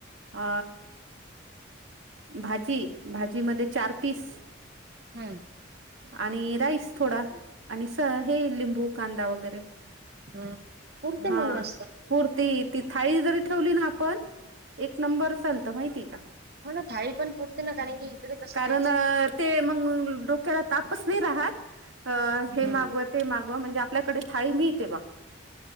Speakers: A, on the right (about 85°); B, on the right (about 50°).
A: अ भाजी भाजी मध्ये चार पीस
B: हम्म
A: आणि राईस थोडा आणि स हे लिंबू कांदा वगैरे
B: <inaudible>
A: हा
B: मग मस्त
A: पूर्ती ती थाळी जरी ठेवली ना आपण एक नंबर चालत माहितीय का.
B: हो ना थाळी पण पुरती ना कारण की इकडे तसं
A: कारण
B: काहीच नाही.
A: अ ते मग डोक्याला तापच नाही राहात हे
B: हम्म
A: मागवा ते माग म्हणजे आपल्याकडे थाळी मिळते बा.